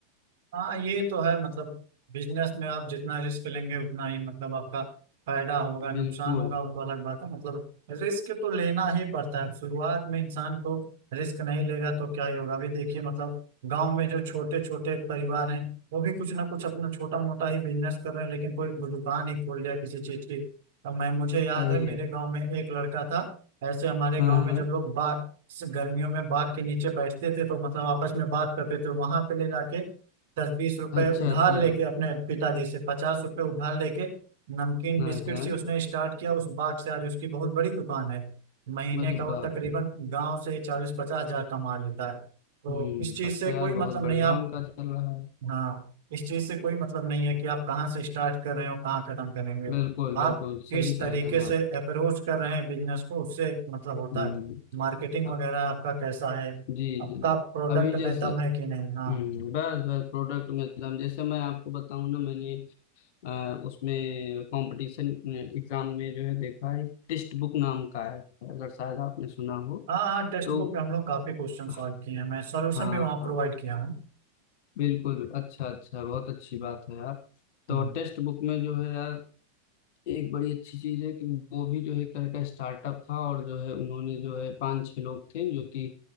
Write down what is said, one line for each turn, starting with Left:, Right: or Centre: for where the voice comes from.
Right: हाँ ये तो है मतलब बिजनेस में आप जितना रिस्क लेंगे उतना ही मतलब आपका फायदा होगा नुकसान
Left: बिल्कुल
Right: होगा वो तो अलग बात है मतलब रिस्क तो लेना ही पड़ता है शुरुआत में इंसान को रिस्क नहीं लेगा तो क्या ही होगा अभी देखिए मतलब गांव में जो छोटे छोटे परिवार हैं वो भी कुछ ना कुछ अपना छोटा मोटा ही बिजनेस कर रहे हैं लेकिन कोई दुकान ही खोल लिया किसी चीज की अब मैं मुझे याद
Left: सही
Right: है मेरे
Left: है
Right: गाँव में एक लड़का था ऐसे हमारे गाँव
Left: हाँ
Right: में
Left: हाँ
Right: जब लोग बाग गर्मियों में बाग के नीचे बैठते थे तो मतलब आपस में बात करते थे वहां पे ले जाके दस बीस रुपए
Left: अच्छा
Right: उधार
Left: अच्छा
Right: लेके अपने पिताजी से पचास रुपए उधार लेके नमकीन
Left: हाँ
Right: बिस्किट
Left: हाँ
Right: से उसने स्टार्ट किया उस बाट से आज उसकी बहुत बड़ी दुकान है महीने
Left: अरे
Right: का वो
Left: बाप
Right: तकरीबन
Left: रे
Right: गांव से चालीस पचास हजार कमा लेता है तो
Left: हम्म
Right: इस चीज
Left: तब
Right: से
Left: तो यार
Right: कोई मतलब
Left: बहुत
Right: नहीं
Left: बढ़िया
Right: आप
Left: उनका चल रहा है
Right: हाँ इस चीज से कोई मतलब नहीं है कि आप कहाँ से स्टार्ट कर रहे हो कहाँ खत्म करेंगे
Left: बिल्कुल बिल्कुल
Right: आप
Left: सही
Right: किस तरीके
Left: कह रहे हैं
Right: से
Left: आप
Right: अप्रोच कर रहे हैं बिजनेस को उससे मतलब होता
Left: हम्म
Right: है मार्केटिंग
Left: अ-
Right: वगैरह आपका कैसा है
Left: जी
Right: आपका
Left: जी
Right: प्रोडक्ट
Left: अभी जैसे
Right: में दम है कि नहीं हाँ
Left: हम्म, बस बस प्रोडक्ट में दम जैसे मैं आपको बताऊं ना मैंने अ, उसमें कंपटीशन एग्जाम में जो है देखा है टेक्स्ट बुक नाम का है अगर शायद आपने सुना हो
Right: हाँ हाँ टेक्स्ट
Left: तो
Right: बुक में हम लोग काफी क्वेश्चन
Left: हाँ
Right: सॉल्व किए हैं मैं सॉल्यूशन
Left: हाँ,
Right: भी वहाँ प्रोवाइड किया हूँ
Left: बिल्कुल अच्छा अच्छा बहुत अच्छी बात है यार तो
Right: हम्म।
Left: टेक्स्ट बुक में जो है यार एक बड़ी अच्छी चीज है कि वो भी जो है एक तरह का स्टार्टअप था और जो है उन्होंने जो है पांच छह लोग थे जो कि